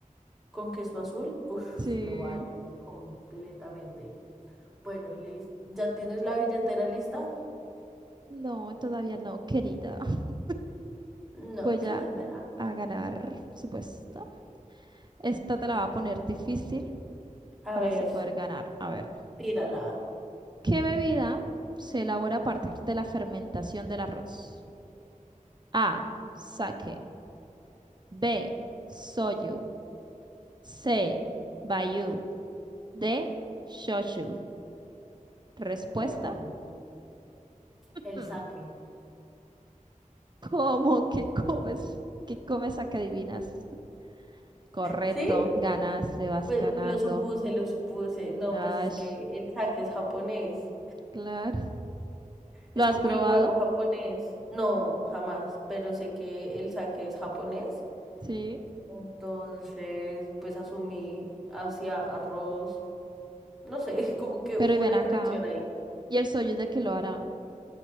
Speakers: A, in the centre; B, on the right.
A: Con queso azul, uff,
B: Sí.
A: lo vale completamente. Bueno, Liz, ¿ya tienes la billetera lista?
B: No, todavía no, querida. <laughs>
A: No,
B: Voy
A: querida.
B: a, a ganar, supuesto. Esta te la va a poner difícil
A: A
B: para
A: ver,
B: así poder ganar. A ver.
A: tírala.
B: ¿Qué bebida se elabora a partir de la fermentación del arroz? A. Sake. B. Soyu. C. Bayu. D. Shochu Respuesta.
A: Hmm, el
B: Mm,
A: saque.
B: ¿Cómo <laughs> que comes? ¿Qué comes a que adivinas? Correcto.
A: ¿Sí?
B: Ganaste, vas
A: Pues
B: ganando.
A: lo supuse, lo supuse. No,
B: Ash,
A: pues es que el saque es japonés.
B: claro. ¿Lo
A: Es
B: has
A: como
B: probado?
A: el guaro japonés. No, jamás, pero sé que el sake es japonés.
B: Sí.
A: Entonces, pues asumí hacia arroz. No sé, <laughs> como que
B: Pero
A: hubo
B: y ven
A: una
B: acá.
A: conexión ahí.
B: ¿Y el soyu de qué lo harán?